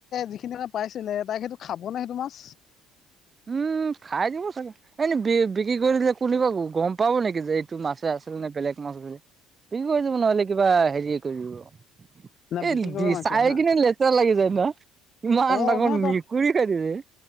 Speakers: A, on the left; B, on the right.
A: যিখিনি মানে পাইছিলে তাক সেইটো খাব নে সেইটো মাছ?
B: উম খাই দিব চাগে এনে বি বিক্ৰী কৰি দিলে কোনোবা গম পাব নেকি যে এইটো মাছে আছিল <unintelligible> বিক্ৰী কৰি দিব নহলে কিবা হেৰিয় কৰি দিব।
A: না বিক্ৰী
B: এই
A: কৰিব
B: দি
A: মাৰিছ
B: চাই
A: হা
B: কিনে লেতেৰা লাগি যায় না? ইমান
A: অ
B: ডাঙৰ
A: নহয় তই
B: মেকুৰী খায় দিয়ে এ!